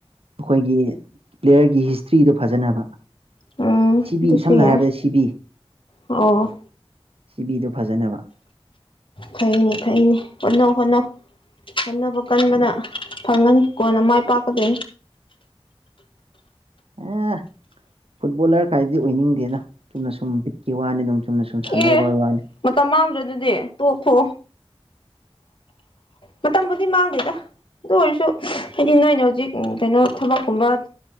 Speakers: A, on the right; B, on the left.
A: ꯑꯩꯈꯣꯏꯒꯤ ꯄ꯭ꯂꯦꯌꯔꯒꯤ ꯍꯤꯁꯇ꯭ꯔꯤꯗꯣ ꯐꯖꯅꯕ
B: ꯎꯝ
A: ꯁꯤꯕꯤ
B: ꯑꯗꯨꯁꯨ
A: ꯁꯝꯅ
B: ꯌꯥꯏ
A: ꯍꯥꯏꯔꯕꯗ ꯁꯤꯕꯤ
B: ꯑꯣ
A: ꯁꯤꯚꯤꯗꯣ ꯐꯖꯅꯕ
B: ꯐꯩꯅꯤ ꯐꯩꯅꯤ ꯍꯣꯠꯅꯧ ꯍꯣꯠꯅꯧ ꯍꯣꯠꯅꯕ ꯀꯟꯕꯅ
A: ꯑꯗꯒꯤ
B: ꯐꯪꯉꯅꯤ ꯀꯅ ꯃꯥꯏ ꯄꯥꯛꯀꯗ
A: ꯑꯦ ꯐꯨꯠꯕꯣꯂꯔ ꯀꯥꯏꯗꯤ ꯑꯣꯏꯅꯤꯡꯗꯦꯅ ꯆꯨꯝꯅ ꯁꯨꯝ ꯕꯤꯠꯀꯤ ꯋꯥꯅꯤ ꯑꯗꯨꯝ ꯆꯨꯝꯅ ꯁꯨꯝ ꯁꯥꯟꯅꯔꯤꯕ
B: ꯑꯦ
A: ꯋꯥꯅꯤ
B: ꯃꯇꯝ ꯃꯥꯡꯗ꯭ꯔꯦ ꯑꯗꯨꯗꯤ ꯇꯣꯛꯈꯣ ꯃꯇꯝꯕꯨꯗꯤ ꯃꯥꯡꯗꯦꯗ ꯑꯗꯨ ꯑꯣꯏꯔꯁꯨ ꯍꯥꯏꯗꯤ ꯅꯣꯏꯅ ꯍꯧꯖꯤꯛ ꯀꯩꯅꯣ ꯊꯕꯛꯀꯨꯝꯕ